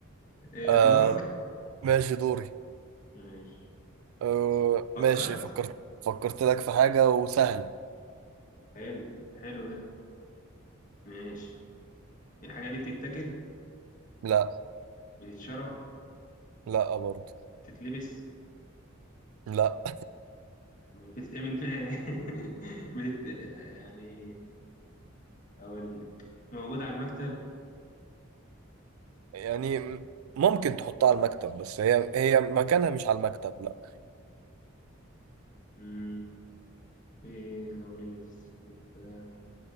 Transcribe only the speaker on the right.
آه
ماشي دوري
آه
ماشي فكرت فكرت لك في حاجة وسهلة
لا
لا برضه
لا
يعني ممكن تحطها على المكتب بس هي هي مكانها مش على المكتب لا